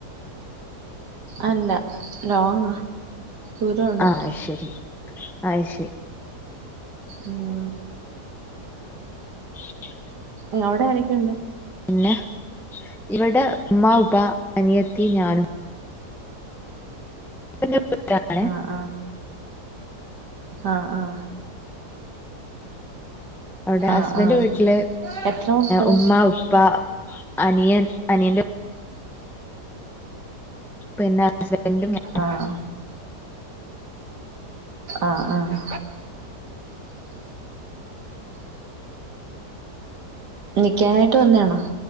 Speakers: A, on the right; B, in the centre.
A: അല്ല ലോങ്ങാ ദൂരമുണ്ട്
B: ആ ഐശരി ഐശരി
A: ഉം
B: <inaudible>
A: ങ്ങളോടെ ആരൊക്കെണ്ട്?
B: പിന്നെ ഇവിടെ ഉമ്മാ ഉബ അനിയത്തി ഞാനും ൻ്റെ പൊന്നാങ്ങളേം
A: ആഹ് ആഹ് ആഹ് ആഹ്
B: അവിടെ ഹസ്ബന്റ്
A: ആഹ് ആഹ്
B: വീട്ടില്
A: എത്ര മക്കള്
B: ഉമ്മ ഉപ്പ അനിയൻ അനിയന്റെ പിന്നെ ഹസ്ബെൻ്റു ഞാ
A: ആഹ് ആഹ് ആഹ് നിക്കാനായിട്ട് വന്നാണോ?